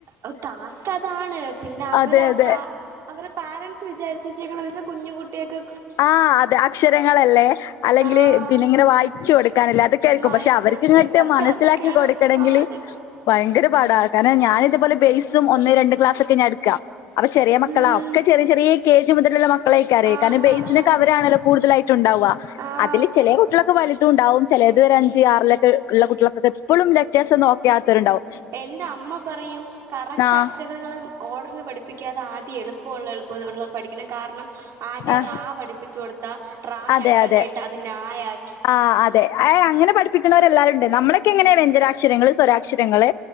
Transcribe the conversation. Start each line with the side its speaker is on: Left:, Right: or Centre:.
Right: ഓഹ് ടാസ്ക് അതാണ് പിന്നെ അവരാ
Left: അതെ അതെ
Right: പ അവരെ പാരൻസ് വിചാരിച്ചേച്ക്കണ വചാൽ കുഞ്ഞു കുട്ടിയേൽക്ക്
Left: ആഹ് അതെ അക്ഷരങ്ങളല്ലേ അല്ലെങ്കിൽ
Right: ആഹ്
Left: പിന്നെ ങ്ങനെ വായിച്ചു കൊടുക്കാനല്ലേ അത്ക്കെ യിരിക്കും
Right: വായിച്ചു
Left: പക്ഷെ അവർക്ക്
Right: കൊടുക്കാൻ
Left: ഇങ്ങട്ട്
Right: സത്യം
Left: മനസ്സിലാക്കി
Right: അതൊക്കെയാണ്
Left: കൊടുക്കണെങ്കില്
Right: പാട്
Left: ഭയങ്കര പാടാ കാരണം ഞാനതുപോലെ ബേസും ഒന്ന് രണ്ട് ക്ലാസ്സക്കെ ഞാൻ എടുക്കാ അപ്പൊ ചെറിയ മക്കളാ
Right: ഉം
Left: ഒക്കെ ചെറിചെറീ കെ ജി മുതലുള്ള മക്കളായിക്കാരം
Right: ആഹ്
Left: കാരണം ബെസ്
Right: ആഹ് ആഹ്
Left: നി ക്കെവരാണല്ലോ കൂടുതലായിട്ട് ണ്ടാവ്വ
Right: ആഹ്
Left: അതില് ചെല കുട്ടികളോക്കെ വലിതുംണ്ടാവും ചെലത് ഒരു അഞ്ച് ആറിലൊക്കെ ള്ള കുട്ടിള്കൊക്കെപ്പഴും ലെല്ലേഴ്‌സ് നോക്ക യാത്തൊരുണ്ടാവും
Right: എന്റെ അമ്മ പറയും കറക്റ്റ്
Left: ആഹ്
Right: അക്ഷരങ്ങള് ഓർഡറില് പഠിപ്പിക്കാതെ ആദ്യ എളുപ്പള്ളളുപ്പംള്ള പഠിക്കണം കാരണം ആദ്യ
Left: ആഹ്
Right: റാ പഠിപ്പിച്ചുടുത്താൽ റാ
Left: അതെ
Right: രണ്ടെണ്ണ
Left: അതെ
Right: ഇട്ട് അത് നാ യാ
Left: ആഹ് അതെ എഹ് അങ്ങനെ പഠിപ്പിക്കുന്നവരെല്ലാവരു നമ്മളൊക്കെ ങ്ങനെ വ്യഞ്ജനാക്ഷരങ്ങള് സ്വരാക്ഷരങ്ങള്